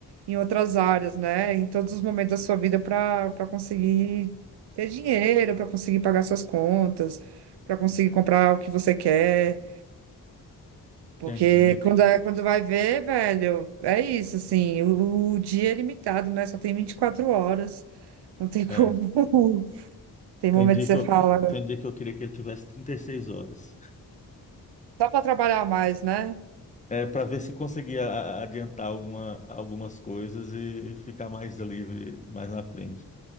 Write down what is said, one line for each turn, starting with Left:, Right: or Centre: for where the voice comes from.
Right: em outras áreas, né? Em todos os momentos da sua vida para para conseguir ter dinheiro, para conseguir pagar suas contas, para conseguir comprar o que você quer. Porque
Left: entendi. Me-
Right: quando, é, quando vai ver, velho, é isso, assim, o, o dia é limitado, né? Só tem 24 horas, não tem
Left: é.
Right: como. <laughs> Tem
Left: Tem
Right: momento
Left: dia
Right: que você
Left: que eu,
Right: fala,
Left: tem dia que eu queria que ele tivesse 36 horas.
Right: só para trabalhar mais, né?
Left: É, para ver se conseguia a- adiantar alguma, algumas coisas e, e ficar mais livre mais na frente.